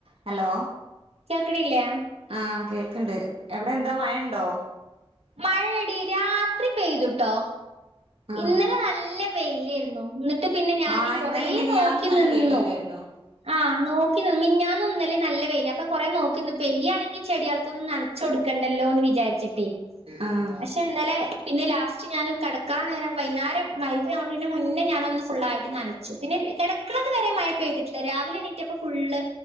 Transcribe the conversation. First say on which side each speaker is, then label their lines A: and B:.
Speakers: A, on the right; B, on the right.
A: Hello
B: കേൾക്കണില്ലേ
A: ആ കേൾക് എന്ത് അവിടെ എന്താ മഴ ഇണ്ടോ
B: മഴയെടി രാത്രി പെയ്ത്ട്ടോ
A: ആഹ്
B: ഇന്നലേ നല്ല വെയ്ലേർന്നു ന്നട്ട് പിന്നെ ഞാന്
A: ആഹ്
B: കൊറേ
A: ഇന്നലിം മിനിയാന്നും
B: നോക്കി
A: നല്ല
B: നിന്നു
A: വെയിലല്ലായിരുന്നോ
B: ആ നോ മിഞ്ഞാന്നും ഇന്നലിം നല്ല വെയില ഇപ്പൊ കൊറേ നോക്കിന്നു പെയ്യാണെങ്കിൽ ചെടിയാൾക്കൊന്നും നനച്ചോട്ക്കണ്ടല്ലോന്ന് വിചാർച്ച്ട്ട്
A: ആഹ്
B: പക്ഷെ ഇന്നലെ പിന്നെ ലാസ്റ്റ് ഞാൻ കെട്ക്കാൻ നേരം വൈന്നാരം മഗ്‌റി ബാങ്കൊട്ക്കണേ മുന്നേ ഞാനൊന്ന് ഫുള്ളായിട്ട് നനച്ചു. പിന്നെ കിടക്ക്ണത് വരെ മഴ പെയ്തിട്ടില്ല രാവിലെ എ ണീറ്റപ്പ ഫുള്ള്